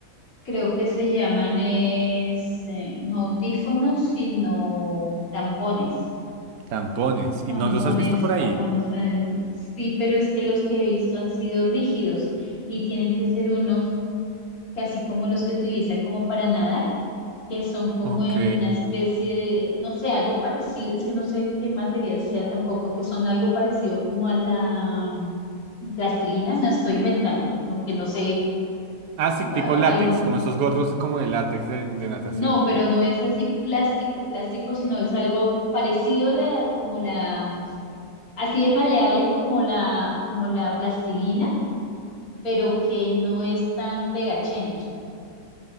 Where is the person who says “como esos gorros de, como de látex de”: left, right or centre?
Right